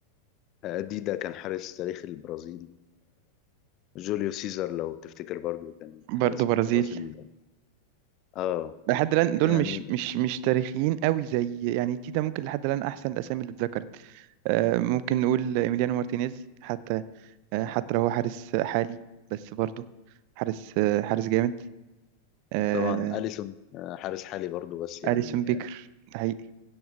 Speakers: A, on the left; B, on the right.
A: آه، ديدا كان حارس تاريخي البرازيل جوليو سيزار لو تفتكر برضو كان حارس
B: برضه برازيل
A: من الحراس ال- اه
B: لحد الآن دول
A: يعني
B: مش مش مش تاريخيين قوي زي يعني دي ده ممكن لحد الآن أحسن الأسامي اللي اتذكرت آه، ممكن نقول إيميليانو مارتينيز حتى آه، حتى لو هو حارس حالي بس برضه حارس آه، حارس جامد آه،
A: طبعا اليسون آه، حارس حالي برضو بس يعني
B: أليسون بيكر ده حقيقي